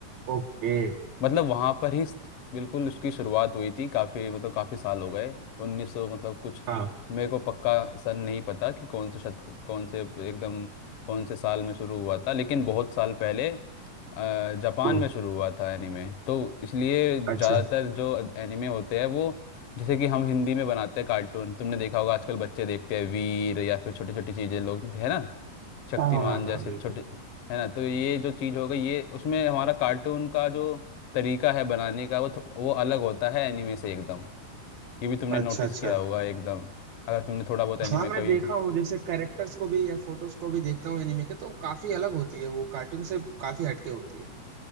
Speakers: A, on the right; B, on the left.
A: ओके
B: मतलब वहां पर ही स्ट- बिल्कुल उसकी शुरुआत हुई थी काफी मतलब काफी साल हो गए 1900 मतलब कुछ
A: हाँ
B: मेरे को पक्का सन नहीं पता कि कौन से शत कौन से एकदम कौन से साल में शुरू हुआ था लेकिन बहुत साल पहले अ, जापान
A: हम्म
B: में शुरू हुआ था एनीमे तो इसलिए ज़्यादातर
A: अच्छा
B: जो एनीमे होते हैं वो जैसे कि हम हिंदी में बनाते हैं कार्टून तुमने देखा होगा आजकल बच्चे देखते हैं वीर या फिर छोटी छोटी चीज़ें लोग है ना शक्तिमान
A: हाँ हाँ हाँ
B: जैसे
A: बिल्कुल
B: छोटे है ना तो ये जो चीज़ हो गई ये उसमें हमारा कार्टून का जो तरीका है बनाने का वो थो- वो अलग होता है एनिमे से एकदम ये भी तुमने
A: अच्छा
B: नोटिस
A: अच्छा
B: किया होगा एकदम अगर तुमने थोड़ा बहुत एनिमे
A: हाँ मैं
B: कभी
A: देखा हूँ जैसे कैरेक्टर्स को भी या फोटोज को भी देखता हूँ एनिमे के तो काफी अलग होती है वो कार्टून से काफी हटके होती है